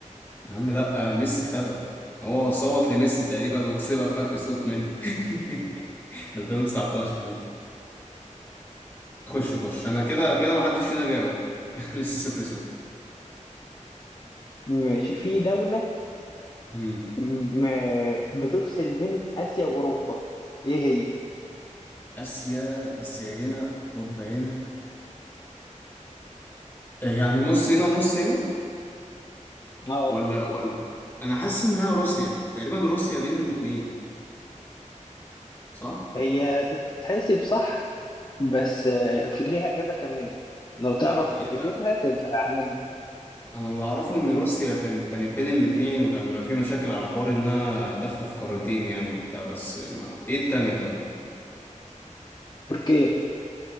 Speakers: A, on the left; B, on the left.
A: يا عم لا آه، ميسي خدها هو صوت لميسي تقريبا وكسبها فرق صوت منه <laughs> 2019 خش خش انا كده كده محدش فينا جاوب <laughs> لسه صفر صفر
B: ماشي في دولة
A: امم
B: م- م- بتفصل بين آسيا وأوروبا إيه هي؟
A: اسيا اسيا هنا ربع هنا آه، يعني نص هنا ونص هنا
B: اه
A: ولا ولا انا حاسس انها روسيا تقريبا روسيا بين الاتنين صح
B: هي تتحسب صح بس آه، في ليها إجابة كمان لو تعرف
A: ايه
B: تجيبها
A: بقى
B: تبقى على
A: انا اللي اعرفه ان روسيا كان كانت بين الاتنين وكان بيبقى في مشاكل على حوار انها داخله في قارتين يعني وبتاع بس ما ايه التانية طيب
B: تركيا